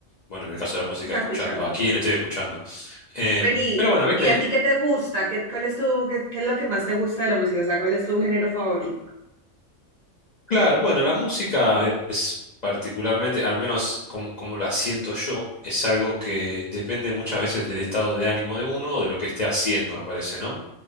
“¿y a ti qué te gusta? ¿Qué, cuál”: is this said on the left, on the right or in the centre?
Right